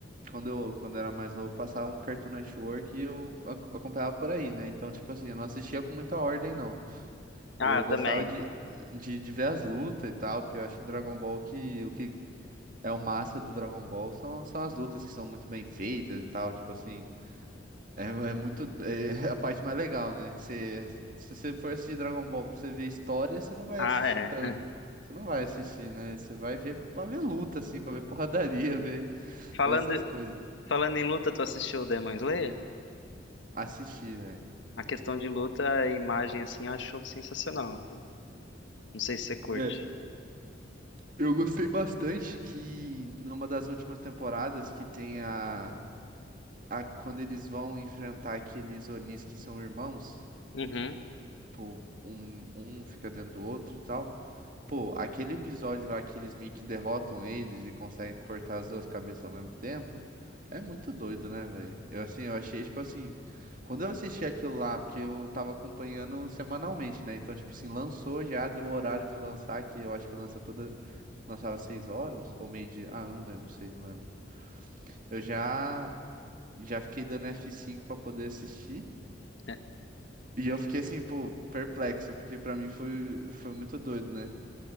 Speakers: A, on the right; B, on the left.
A: Quando eu, quando eu era mais novo, passava no Cartoon Network e eu ac- acompanhava por aí, né? Então, tipo assim, eu não assistia com muita ordem, não.
B: Ah,
A: Eu
B: eu
A: gostava
B: também.
A: de, de, de ver as lutas e tal, porque eu acho que Dragon Ball que. O que é o massa do Dragon Ball são, são as lutas que são muito bem feitas e tal, tipo assim. É, é muito. É <laughs> a parte mais legal, né? Que você, se você for assistir Dragon Ball pra você ver história, você não vai
B: Ah,
A: assistir
B: é.
A: tanto. Você não vai assistir, né? Você vai ver pra ver luta, assim, pra ver <laughs> porradaria, ver,
B: Falando.
A: ver essas coisas.
B: Falando em luta, tu assistiu o Demon Slayer?
A: Assistir, velho.
B: A questão de luta, a imagem assim, eu acho sensacional. Não sei se você curte.
A: É, eu gostei bastante que numa das últimas temporadas que tem a, a quando eles vão enfrentar aqueles Onis que são irmãos,
B: Uhum.
A: tipo, um, um fica dentro do outro e tal. Pô, aquele episódio lá que eles meio que derrotam eles e conseguem cortar as duas cabeças ao mesmo tempo, é muito doido, né, velho? Eu assim, eu achei tipo assim, quando eu assisti aquilo lá, porque eu tava acompanhando semanalmente, né? Então, tipo assim, lançou já, deu o horário de lançar, que eu acho que lança toda, lançava seis horas ou meio-dia, ah, não lembro, não sei, não lembro. Eu já já fiquei dando f cinco pra poder assistir.
B: <laughs>
A: E eu fiquei assim, pô, perplexo, porque pra mim foi, foi muito doido, né?